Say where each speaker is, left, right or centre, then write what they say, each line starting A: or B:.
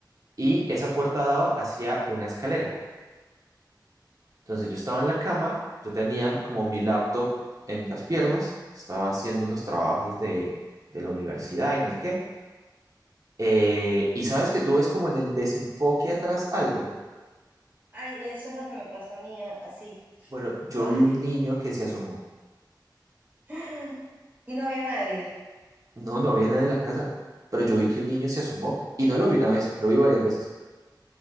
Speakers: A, on the right (about 45°); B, on the right (about 25°).
A: y esa puerta daba hacia una escalera. Entonces yo estaba en la cama, yo tenía como mi laptop en las piernas, estaba haciendo unos trabajos de, de la universidad y no sé qué. Eh, y sabes que tú ves como en el desenfoque atrás algo.
B: Ay, eso es lo que me pasó a mí, a- así.
A: Bueno, yo
B: Ay.
A: vi un niño que se asomó.
B: <gasps> Y no había nadie.
A: No, no había nadie en la casa, pero yo vi que un niño se asomó y no lo vi una vez, lo vi varias veces.